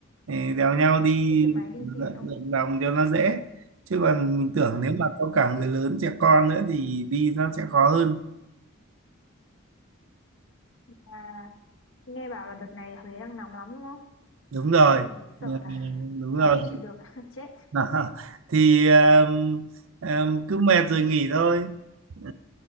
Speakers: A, on the right; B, on the left.
A: để đèo nhau đi
B: thuê xe máy đi
A: lượn
B: tiện không?
A: lượn vòng cho nó dễ chứ còn mình tưởng
B: Ừ.
A: nếu mà có cả người lớn trẻ con nữa thì đi nó sẽ khó hơn
B: À, nghe bảo là đợt này Huế đang nóng lắm đúng không?
A: đúng rồi
B: Đi thì
A: Ờ,
B: sợ là
A: đúng rồi
B: nó không chịu được <laughs> chết.
A: <laughs> thì um, um, cứ mệt rồi nghỉ thôi <laughs>